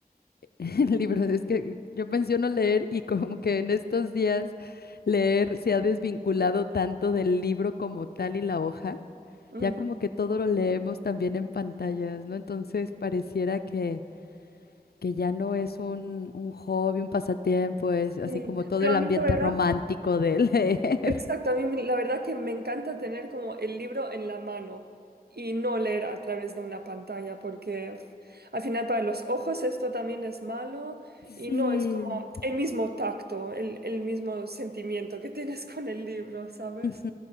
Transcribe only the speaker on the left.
<laughs> Libros, es que yo menciono leer y como que en estos días leer se ha desvinculado tanto del libro como tal y la hoja,
ya como que todo lo leemos también en pantallas, ¿no? Entonces pareciera que, que ya no es un, un hobby, un pasatiempo, es así
como todo
el
ambiente
romántico de leer.
<laughs>
Sí.
Ujú.